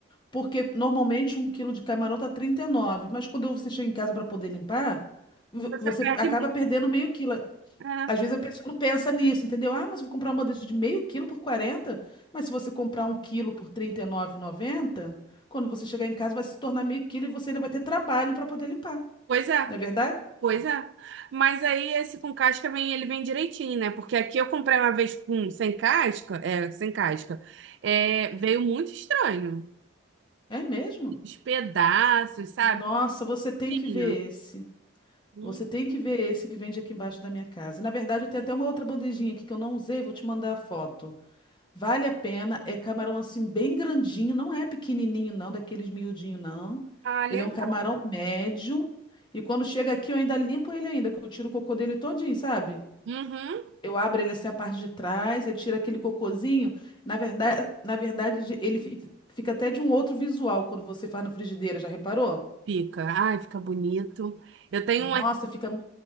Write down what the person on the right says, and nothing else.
Você
perde.
É,
Pois é,
pois é. Mas aí esse com casca vem, ele vem direitinho, né? Porque aqui eu comprei uma vez com sem casca, é, sem casca. É, veio muito estranho.
Os pedaços, sabe?
Tinha.
Hum,
Ah, legal.
Uhum.
Fica, ai, fica bonito. Eu tenho
um, aqui-